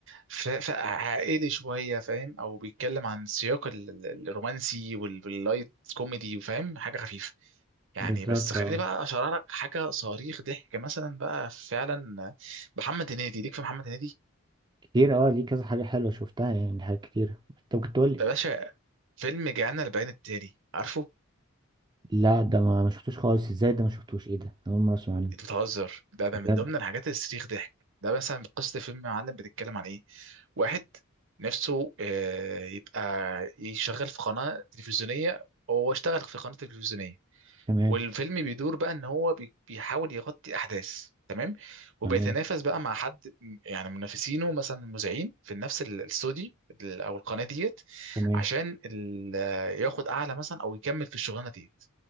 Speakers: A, on the right (about 60°); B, on the right (about 20°).
A: ف- ف- عائلي شويه فاهم او بيتكلم عن سياق ال- ال- الرومانسي وال- واللايت كوميدي وفاهم حاجه خفيفه يعني
B: بالظبط
A: بس خليني
B: اه
A: بقى اشرح لك حاجه صريخ ضحك مثلا بقى فعلا محمد هنيدي ليك في محمد هنيدي
B: كتير اه ليه كذا حاجة حلوة شفتها يعني حاجات كتير انت ممكن تقول لي
A: يا باشا فيلم جانا البيان التالي عارفه
B: لا ده ما ما شفتوش خالص ازاي ده ما شفتوش ايه ده أنا اول مرة اسمع عنه
A: انت بتهزر ده ده
B: بجد
A: من ضمن الحاجات اللي تستريخ ضحك ده مثلا قصة فيلم معلم بتتكلم عن ايه واحد نفسه آه، يبقى يشغل في قناة تلفزيونية هو اشتغل في قناة تلفزيونية
B: تمام
A: والفيلم بيدور بقى ان هو بي- بيحاول يغطي احداث تمام وبيتنافس
B: تمام
A: بقى مع حد م- يعني منافسينه مثلا مذيعين في نفس ال- الاستوديو ال- او القناة ديت
B: تمام
A: عشان ال- آه، ياخد اعلى مثلا او يكمل في الشغلانة ديت